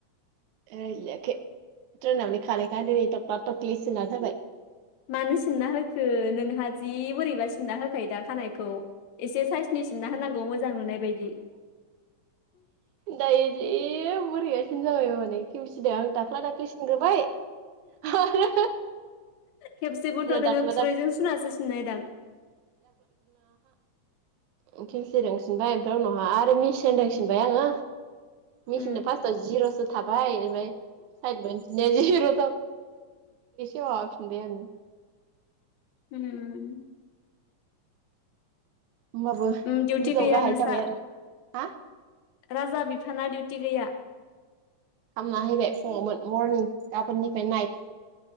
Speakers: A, on the right; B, on the left.
A: <unintelligible> ट्रेनावनो खानायखो आं दिनि थख्ला थख्लि सिनना फायबाय।
B: मानो सिनना होखो नोंहा जि बोरैबा सिनना होखायो दा खानायखौ इसे सायेसनि सिनना होनांगौ मोजां नुनाय बादि।
A: दायो जि बोरैबा सिनजाखायोबो माने केमसि सिदो आं दाख्ला दाख्लि सिनग्रोबाय आरो
B: खेबसेबोथ' नोङो
A: दाख्ला
B: खुरैजों सुनासो सिननायदां।
A: ओ खेमसिदों सिनबाय ओमफ्राय उनावहा आरो मिसिनजों सिनबाय आङो मेसिनदो
B: उम
A: फास्टआव जिर'सो थाब बाय ओमफाय साइद बायसिनि जिब <unintelligible> दे आङो
B: उम
A: होमबाबो
B: उम डिउटि
A: गोजौ
B: गैया
A: गाहाय
B: नोंसा
A: जाबाय आरो हा?
B: राजा बिफाना दिउटि गैया?
A: खामना फैबाय फुङावमोन मरनिं गाबोननिफ्राय नाइट